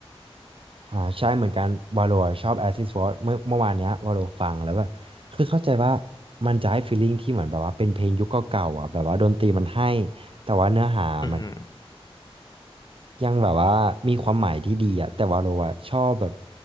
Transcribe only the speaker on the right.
อ่าใช่เหมือนกันวาโลชอบแอซิสฟอร์เมื่อเมื่อวานเนี้ยวาโลฟังแล้วแบบคือเข้าใจว่ามันจะให้ฟีลลิ่งที่เหมือนแบบว่าเป็นเพลงยุคเก่าๆอ่ะแบบว่าดนตรีมันให้แต่ว่าเนื้อหามัน
ยังแบบว่ามีความหมายที่ดีอะแต่ว่าเราอะชอบแบบ